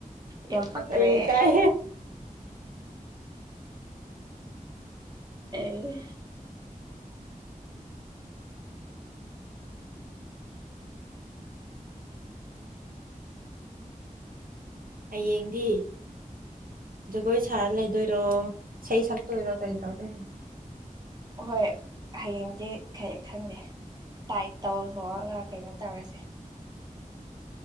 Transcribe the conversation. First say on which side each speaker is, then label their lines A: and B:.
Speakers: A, on the right (about 30°); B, on the right (about 80°).
A: ꯌꯥꯝ ꯄꯛꯇ꯭ꯔꯦ
B: ꯑꯩ ꯀꯥꯏ
A: ꯑꯦ
B: ꯍꯌꯦꯡꯗꯤ ꯖꯒꯣꯏ ꯁꯥꯔ ꯂꯩꯗꯣꯏꯔꯣ ꯏꯁꯩ ꯁꯛꯇꯣꯏꯔꯣ ꯀꯔꯤ ꯇꯧꯗꯣꯏꯅꯣ
A: ꯍꯣꯏ ꯍꯌꯦꯡꯗꯤ ꯈꯪꯗꯦ ꯇꯥꯏꯞ ꯇꯧꯊꯣꯛꯑꯒ ꯀꯩꯅꯣ ꯇꯧꯔꯁꯦ